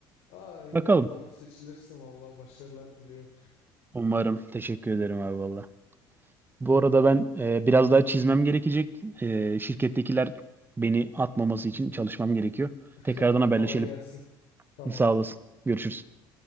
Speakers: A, on the left; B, on the right.
A: Ay,
B: Bakalım.
A: umarım seçilirsin vallahi başarılar diliyorum.
B: Umarım. Teşekkür ederim abi valla. Bu arada ben e, biraz daha çizmem gerekecek. E, şirkettekiler beni atmaması için çalışmam gerekiyor.
A: <laughs>
B: Tekrardan haberleşelim.
A: Kolay gelsin. Tamam.
B: Sağ olasın. Görüşürüz.